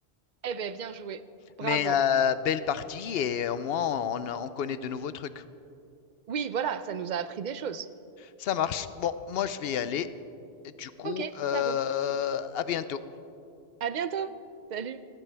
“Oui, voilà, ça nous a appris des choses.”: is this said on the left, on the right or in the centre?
Right